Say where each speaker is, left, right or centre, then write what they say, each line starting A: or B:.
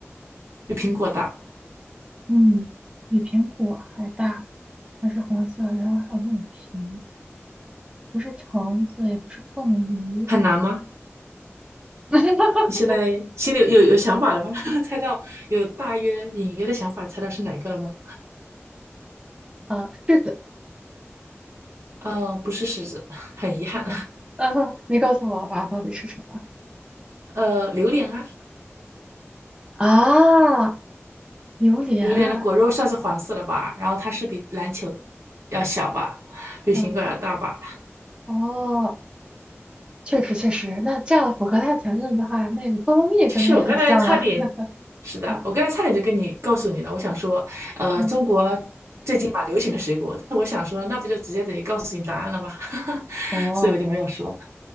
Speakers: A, on the right; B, on the right.
A: 比苹果大，
B: 嗯，比苹果还大。它是黄色，然后还有那种皮，不是橙子，也不是凤梨。
A: 很难吗？
B: <laughs>
A: 你现在心里有有有想法了吗？<laughs> 猜到有大约隐约的想法，猜到是哪个了吗？
B: 啊，柿子，
A: 呃，不是柿子，<laughs> 很遗憾。
B: 啊呃，<laughs> 你告诉我吧，到底是什么？
A: 呃，榴莲啊，
B: 啊，榴莲啊，
A: 榴莲的果肉算是黄色的吧，然后它是比篮球要小吧，比苹果要大吧。
B: 嗯，哦，确实确实，那这样符合它的条件的话，那个菠萝蜜跟它也很像啊。
A: 其实我刚才差点，
B: <laughs>
A: 是的，
B: 哦，
A: 我刚才差点就跟你告诉你了。我想说，呃，
B: 嗯，
A: 中国最近蛮流行的水果，但是我想说，那不就直接等于告诉你答案了吗？<laughs>
B: 哦，
A: 所以我就没有说，